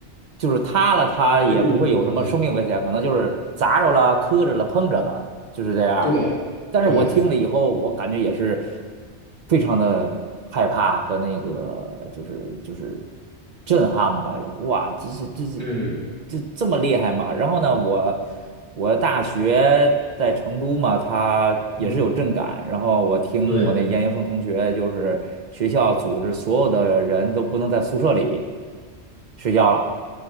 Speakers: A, on the right; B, on the left.
A: 就是塌了它也不会有什么生命危险，
B: 对对对
A: 可能就是砸着了、磕着了、碰着了，就是这样。
B: 对对，
A: 但是我听了以后，我感觉也是非常的害怕和那个就是就是震撼吧，就是哇，这是这是
B: 嗯
A: 这这么厉害吗？然后呢，我我大学在成都嘛，它也是有震感，
B: 嗯，
A: 然后我听我那研究生同学就是学校组织所有的人都不能在宿舍里
B: 对
A: 睡觉了。